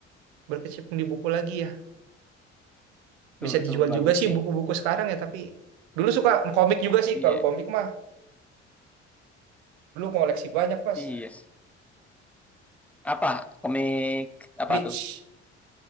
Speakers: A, on the right; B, in the centre.
A: berkecimpung di buku lagi ya.
B: Tuh,
A: Bisa dijual
B: tuh bagus
A: juga sih
B: sih.
A: buku-buku sekarang ya tapi dulu suka komik juga sih
B: Iya,
A: kalau komik mah dulu koleksi banyak mas.
B: iya. Apa? Komik apa
A: Bleach,
B: tuh?